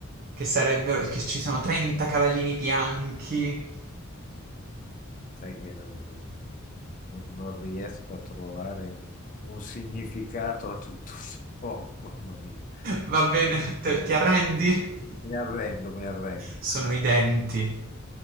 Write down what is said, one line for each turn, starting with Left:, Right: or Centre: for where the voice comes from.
Right: che sarebbero, che ci sono 30 cavallini bianchi. <laughs>
Left: Sai che non, non- non- non riesco a trovare un significato a tutto ciò, <laughs> mamma mia.
Right: Va bene, te- ti arrendi?
Left: Mi arrendo, mi arrendo.
Right: Sono i denti.